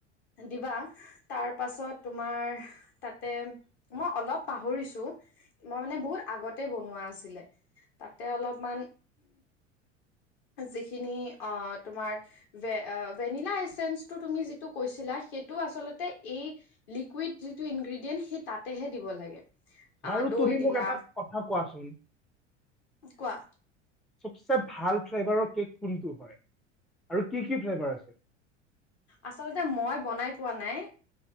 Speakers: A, on the left; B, in the centre.
A: দিবা তাৰ পাছত তোমাৰ তাতে মই অলপ পাহৰিছো মই মানে বহুত আগতে বনোৱা আছিলে, তাতে অলপমান যিখিনি অ' তোমাৰ ভে ভেনিলা এচেঞ্চটো তুমি যিটো কৈছিলা সেইটো আচলতে এই লিকুইড যিটো ইনগ্ৰেডিয়েণ্ট সেই তাতেহে দিব লাগে। আহ
B: বাৰু
A: দৈ
B: তুমি
A: দিলা
B: মোক এটা কথা কোৱাচোন
A: কোৱা।
B: চবচে ভাল ফ্লেভাৰৰ কেক কোনটো হয় আৰু কি কি ফ্লেভাৰ আছে?
A: আচলতে মই বনাই পোৱা নাই,